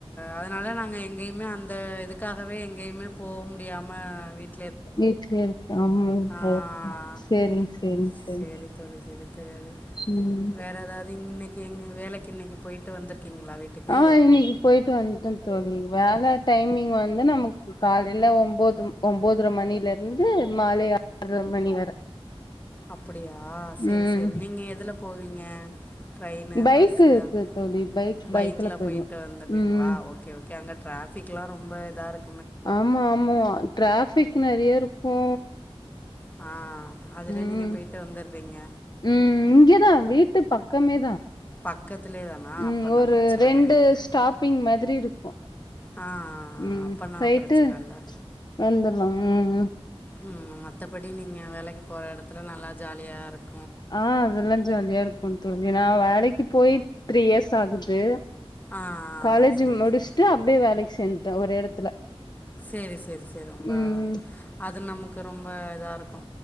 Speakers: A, on the left (about 15°); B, on the left (about 45°).
A: அதனால தா நாங்க எங்கேயுமே அந்த இதுக் க்காகவே எங்கேயுமே போ முடியாம வீட்
B: வீட்லயே இருக்க ஆமா
A: ஆ,
B: ஓக்கே செரிங்க செரிங்க செரி
A: சரி தோழி சரி தோழி
B: உம்
A: வேற ஏதாவது இன்னைக்கு எங்க வேலைக்கின்னைக்கு போயிட்டு வந்துரு குக்கீங்களா வீட்டுக்கு
B: ஆ இன்னைக்கு போயிட்டு வந்துட்டோம் தோழி வேல டைமிங் வந்து நமக்கு காலையில ஒம்போது ஒம்பதர மணில இருந்து மாலை ஆற்ர மணி வர
A: அப்பிடியா சேரி
B: ம்
A: சேரி நீங்க எதுல போவீங்க உம் ட்ரெயினு
B: பைக்
A: பஸ்ஸு
B: இருக்கு
A: அந்
B: தோழி பைக்
A: பைக்ல
B: போயிடுவே
A: போயிட்டு வந்துட்றீங்களா
B: ம்
A: ஓக்கே ஓக்கே அங்க ட்ராஃபிக்லா ரொம்ப இதா இருக்
B: ஆமா ஆமா வ டிராஃபிக் நெறைய இருக்கு
A: ஆ அதுலயே
B: உம்
A: நீங்க போயிட்டு வந்துடுறீங்க
B: உம் இங்கேதா வீட் ட்டு பக்கமே தா
A: பக்கத்துலயே தானா
B: உம்
A: அப்பன்னா
B: ஒரு
A: பிரச்சன
B: ரெண்டு
A: கெடையாது
B: ஸ்டாப்பிங் மாதிரி இருக்கு
A: ஆ
B: உம்
A: அப்பன்னா
B: போயிட்டு
A: பிரச்சன இல்ல
B: வந்துர்லா உம்
A: ம் மத்தபடி நீங்க வேலக்கு போற எடத்துல நல்லா ஜாலியா இருக்
B: ஆ அதெல்லா ஜாலியா இருக்கு தோழி நா வேலைக் க்கு போய் த்ரீ இயர்ஸ் ஆகுது
A: ஆ
B: காலேஜ்
A: சரி
B: முடிச்சிட்டு
A: சரி
B: அப்டியே வேலைக்கு சேர்ந்து ட ஒரே எடத்துல
A: சரி சரி சரி ரொம்ப
B: ம்
A: அது நமக் கு ரொம்ப இதா இருக்கு